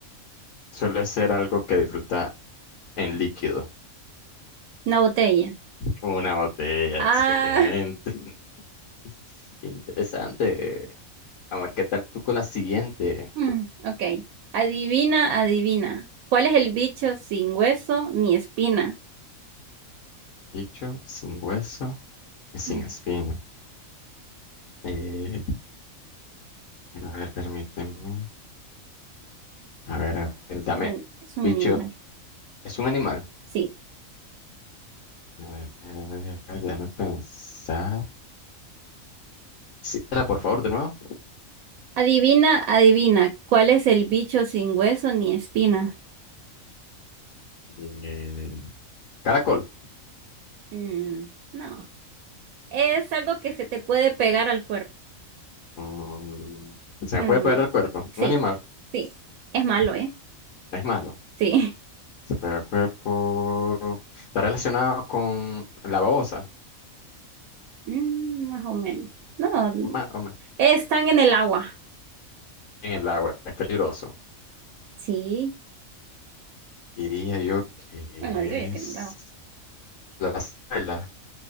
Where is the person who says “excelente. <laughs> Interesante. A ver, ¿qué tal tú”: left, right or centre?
Left